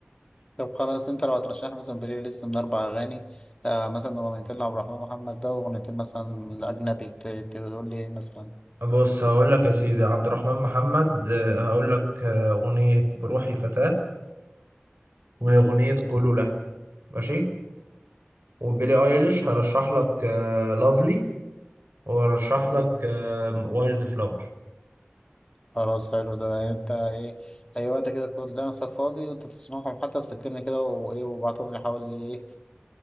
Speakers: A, on the left; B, on the right.
A: طب خلاص انت لو هترشح لي مثلا بلاي ليست من اربع اغاني آه مثلا اغنيتين لعبد الرحمن محمد ده واغنيتين مثلا لاجنبي ت- تقول لي ايه مثلا
B: بص هقول لك يا سيدي عبد الرحمن محمد آه، هقول لك آه، أغنية بروحي فتاة وأغنية
A: مم.
B: قولوا له ماشي وبيلي ايليش هرشح لك لافلي وهرشح لك
A: مم.
B: وايلد فلاور
A: خلاص حلو ده انت ايه اي وقت كده كنت لنفسك فاضي وانت تسمعهم حتى تسجلني كده وايه وابعتهم لي حوالي ايه